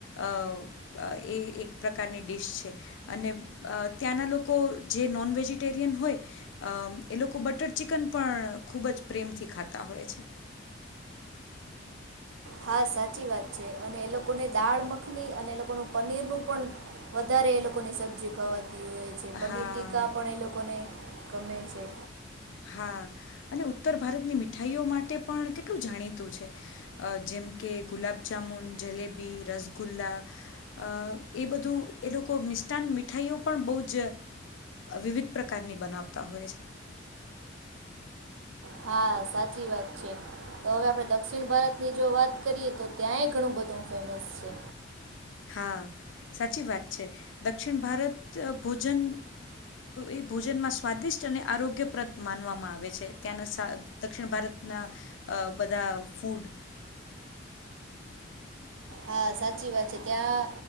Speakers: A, on the left; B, on the right.
A: અ એ એક પ્રકારની ડીશ છે. અને ત્યાંના લોકો જે નોન વેજિટેરિયન હોય એ લોકો બટર ચિકન પણ ખૂબ જ પ્રેમથી ખાતા હોય છે.
B: હા સાચી વાત છે. અને એ લોકોને દાળ મખની અને એ લોકોનું પનીર નું પણ વધારે એ લોકોની સબ્જી ખવાથી હોય પનીર
A: હા
B: ટીકા પણ એ લોકોને ગમે છે.
A: હા અને ઉત્તર ભારતની મીઠાઈઓ માટે પણ કેટલું જાણીતું છે અ જેમ કે ગુલાબજામુન જલેબી રસગુલ્લા અ એ બધું એ લોકો મિષ્ટાન મીઠાઈઓ પણ બહુ જ વિવિધ પ્રકારની બનાવતા હોય છે.
B: હા સાચી વાત છે તો હવે આપણે દક્ષિણ ભારતની જો વાત કરીએ તો ત્યાંય ઘણું બધું ફેમસ છે.
A: હા સાચી વાત છે દક્ષિણ ભારત ભોજન એ ભોજનમાં સ્વાદિષ્ટ અને આરોગ્યપ્રદ માનવામાં આવે છે ત્યાંના સા દક્ષિણ ભારતના બધા ફૂડ
B: હા સાચી વાત છે ત્યાં